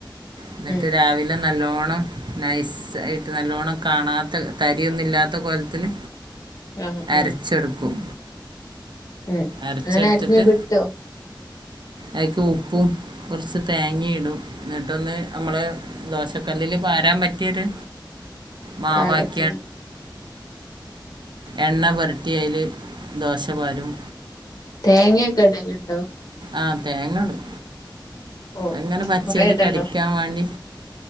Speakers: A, on the right; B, on the left.
A: എന്നിട്ട്
B: ഉം
A: രാവിലെ നല്ലോണ്ണം നൈസ് ആയിട്ട് നല്ലോണം കാണാത്ത തരിയൊന്നും ഇല്ലാത്ത കൊലത്തില്
B: ആഹ്
A: അരച്ചെടുക്കും
B: ആഹ് ഉം
A: അരച്ചെടുത്തിട്ട്
B: അങ്ങനെ അരിഞ്ഞ് കിട്ടോ
A: അയിക്ക് ഉപ്പും കുറച്ച് തേങ്ങയും ഇടും എന്നിട്ടൊന്ന് നമ്മളെ ദോശക്കല്ലില് പാരൻ പറ്റിയ ഒരു മാവായി
B: പാകത്തിന്
A: എണ്ണ പുരട്ടി അതിൽ ദോശ പാരും
B: തേങ്ങയൊക്കെ ഇടലുണ്ടോ
A: ആഹ് തേങ്ങ ഇടും
B: ഓ
A: അങ്ങനെ പച്ചേൽ
B: കൊറേ ഇടണോ
A: കടിക്കാൻ വേണ്ടി